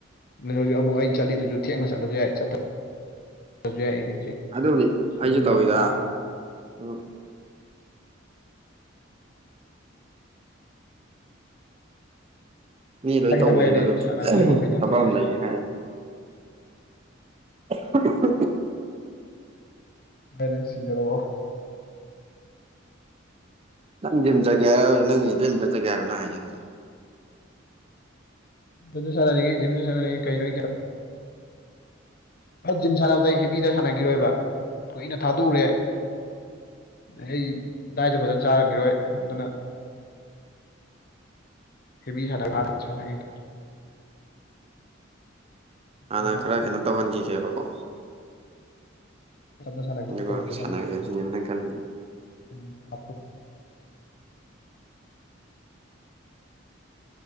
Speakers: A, on the left; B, on the right.
A: ꯍꯧꯖꯤꯛ ꯑꯃꯨꯛ ꯑꯩꯅ ꯆꯠꯗꯨꯁꯨ ꯊꯦꯡꯅ ꯆꯠꯂꯁꯨ ꯌꯥꯏ ꯆꯠ ꯍꯧꯖꯤ ꯌꯥ ꯏꯗꯤ ꯍꯧꯖꯤꯛ
B: ꯑꯗꯨꯕꯨꯗꯤ ꯑꯩꯁꯨ
A: ꯑꯗꯨꯅ
B: ꯇꯧꯋꯤꯗ
A: ꯄꯨꯔꯥ
B: ꯎꯝ ꯃꯤ ꯂꯣꯏ
A: ꯈꯤꯇꯪ
B: ꯇꯧꯕꯅꯤꯅ
A: ꯂꯩꯔꯗꯤ
B: ꯑꯗꯨꯕꯨꯗꯤ
A: ꯁꯥꯟꯅꯕꯁꯦ ꯍꯧꯒꯦ ꯇꯧꯅꯤ
B: ꯊꯕꯛ ꯑꯃ ꯂꯩꯌꯦꯅ ꯍ
A: ꯅꯣꯏ ꯅꯪ ꯁꯤꯗꯔꯛꯑꯣ
B: ꯅꯪ ꯖꯤꯝ ꯆꯠꯒꯦꯔ ꯅꯪ ꯏꯐꯤꯜꯗ ꯆꯒꯦꯔꯣꯅ ꯍꯥꯏꯖꯒꯔꯤꯁꯦ
A: ꯝꯁꯨ ꯁꯥꯟꯅꯅꯤꯡꯉꯦ ꯖꯤꯝꯁꯨ ꯁꯥꯟꯅꯅꯤꯡꯉ ꯀꯩꯅꯣ ꯑ ꯖꯤꯝ ꯁꯥꯟꯅꯕꯗ ꯍꯦꯕꯤꯗ ꯁꯥꯟꯅꯈꯤꯔꯣꯏꯕ ꯀꯨꯏꯅ ꯊꯥꯗꯣꯛꯎꯔꯦ ꯑꯩ ꯗꯥꯏꯁꯨ ꯐꯖꯅ ꯆꯥꯔꯈꯤꯔꯣꯏ ꯑꯗꯨꯅ ꯍꯦꯕꯤ ꯁꯥꯟꯅꯔ ꯁꯥꯟꯅꯔꯤꯗꯣ
B: ꯍꯥꯟꯅ
A: ꯀꯣꯟꯅ
B: ꯈꯔ ꯀꯩꯅꯣ ꯇꯧꯍꯟꯈꯤꯒꯦꯕꯀꯣ
A: ꯇꯞꯅ ꯁꯥꯟꯅꯕꯤꯗ
B: ꯑꯗꯨꯒ
A: ꯇꯧꯁꯦ
B: ꯁꯥꯟꯅꯒꯦꯕꯁꯤꯅꯦꯕ
A: ꯇ
B: ꯅꯪ ꯈꯜꯂꯤꯁꯦ
A: ꯎꯝ ꯐ